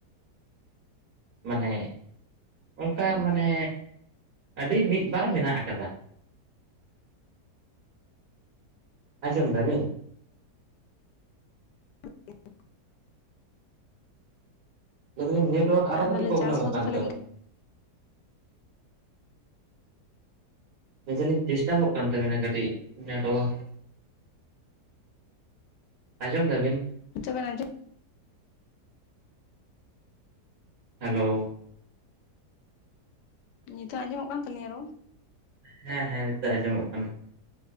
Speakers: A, on the right (about 65°); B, on the left (about 80°).
A: ᱢᱟᱱᱮ ᱚᱝᱠᱟ ᱢᱟᱱᱮ ᱟᱹᱰᱤ ᱢᱤᱫ ᱵᱟᱨ ᱢᱮᱱᱟᱜ ᱠᱟᱫᱟ᱾ ᱟᱸᱡᱚᱢ ᱫᱟᱵᱤᱱ?
B: <inaudible>
A: ᱞᱟᱹᱭᱫᱟᱞᱤᱧ ᱱᱮᱴᱣᱟᱨᱠ ᱟᱨᱚ
B: ᱟᱨ
A: ᱠᱟᱹᱴᱤᱡ
B: ᱛᱟᱦᱚᱞᱮ
A: ᱯᱨᱚᱵᱞᱮᱢᱚᱜ
B: ᱪᱟᱥ ᱠᱚᱫᱚ
A: ᱠᱟᱱ
B: ᱛᱟᱦᱚᱞᱮ
A: ᱛᱟᱵᱤᱱᱟ᱾ ᱞᱮᱫᱟᱞᱤᱧ ᱵᱮᱥᱴᱟᱚᱜ ᱠᱟᱱ ᱛᱟᱵᱮᱱᱟ ᱠᱟᱹᱴᱤᱡᱱᱟᱹ ᱱᱮᱴᱚᱣᱟᱨᱠ᱾ ᱟᱸᱡᱚᱢ ᱫᱟᱵᱤᱱ?
B: ᱱᱤᱛᱚᱜ ᱵᱮᱱ ᱟᱸᱡᱚᱢ
A: ᱦᱮᱞᱳ᱾
B: ᱱᱤᱛᱚᱜ ᱟᱸᱡᱚᱢᱚᱜ ᱠᱟᱱ ᱛᱟᱹᱞᱤᱧᱟ ᱨᱚᱲ?
A: ᱦᱮᱸ ᱦᱮᱸ ᱱᱤᱛᱚᱜ ᱟᱸᱡᱚᱢᱚᱜ ᱠᱟᱱᱟ᱾